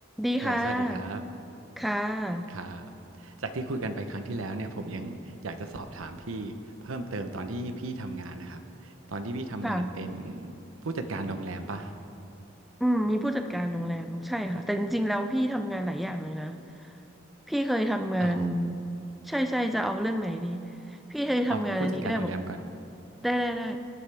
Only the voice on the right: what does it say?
ฮัลโหลสวัสดีครับ
ครับจากที่คุยกันไปครั้งที่แล้วเนี่ยผมยังอยากจะสอบถามพี่เพิ่มเติมตอนที่พี่ทำงานนะครับตอนที่พี่ทำงานเป็น
ผู้จัดการโรงแรมปะ
อ๋อ
เอาผู้จัดการโรงแรมก่อน